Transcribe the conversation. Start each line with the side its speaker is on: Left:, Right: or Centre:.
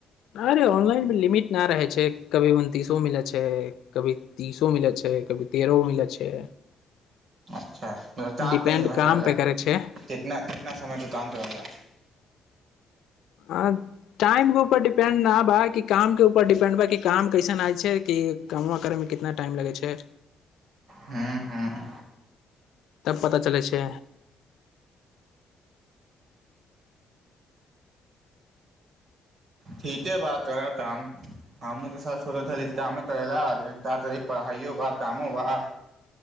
Left: अरे ऑनलाइनमे लिमिट न रहै छै कभी उन तीसो मिलै छै छै कभी तीसो मिलैत छै कभी तेरहो मिलैत छै
Right: अच्छा काम
Left: डिपेंड
Right: त निभर
Left: काम
Right: रहल
Left: पे करै छै आ
Right: कितना कितना समय तू काम कर रहला <inaudible>
Left: ह टाइमके ऊपर डिपेंड न बा कि कामके ऊपर डिपेंड बा कि काम कैसन आइ छै कि कामआ करयमे कितना टाइम लगै छै
Right: हं हँ
Left: तब पता चलै छै
Right: ठीके बात कर ताम हमू तऽ सोचै छली कामे कर' लेल लेकिन तातहिक पढ़ाइयो बा तामो बा